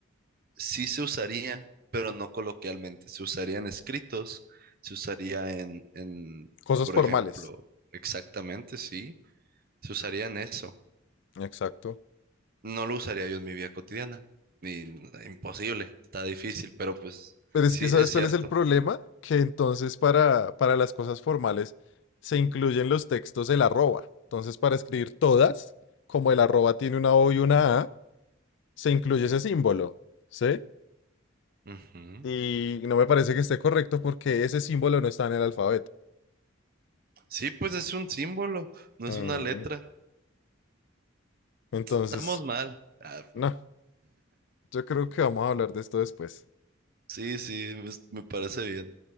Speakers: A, on the right; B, on the left.
A: sí se usaría, pero no coloquialmente. Se usaría en escritos, se usaría en, en,
B: Cosas
A: por
B: formales.
A: ejemplo, exactamente, sí, se usaría en eso.
B: Exacto.
A: No lo usaría yo en mi vida cotidiana, ni imposible, está difícil, pero pues
B: Pero es
A: sí,
B: que ¿sabes
A: es cierto.
B: cuál es el problema? Que entonces para, para las cosas formales se incluyen los textos el arroba. Entonces para escribir todas, como el arroba tiene una O y una A, se incluye ese símbolo, ¿sí?
A: Ujú.
B: Y no me parece que esté correcto porque ese símbolo no está en el alfabeto.
A: Sí, pues es un símbolo, no
B: Mm,
A: es una letra.
B: Entonces,
A: Estamos mal. Ah,
B: no, yo creo que vamos a hablar de esto después.
A: sí, sí, me me parece bien.